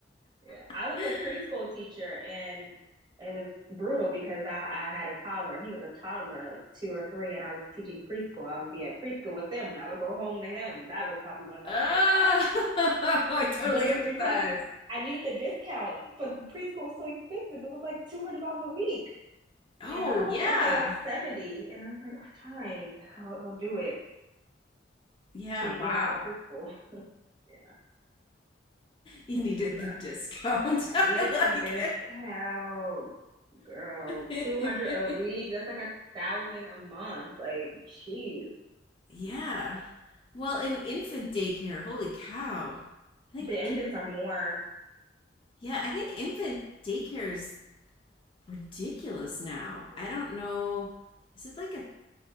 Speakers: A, on the right (about 25°); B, on the left (about 30°).
A: Yeah.
B: <laughs>
A: I was a preschool teacher and it was brutal because I, I had a toddler. He was a toddler, like two or three, and I was teaching preschool. I would be at preschool with them and I would go home to him. That was probably one of the
B: Oh,
A: hardest times.
B: <laughs> I totally
A: But it was
B: empathize.
A: because I needed the discount for preschool so expensive. It was like $200 a week.
B: Oh,
A: and I only
B: yeah.
A: had to pay like 70. And I'm like, fine, I'll, I'll do it
B: Yeah,
A: till you
B: wow.
A: get out of preschool. <laughs> Yeah,
B: You needed
A: rough.
B: the discount.
A: I
B: <laughs> I
A: needed
B: like
A: the discount, girl.
B: it.
A: 200 a week.
B: <laughs>
A: That's like a thousand a month. Like, jeez.
B: Yeah. Well, in infant daycare, holy cow. I think
A: The infants
B: infant,
A: are more
B: yeah, I think infant daycare is ridiculous now.
A: mhm.
B: I don't know. Is it like a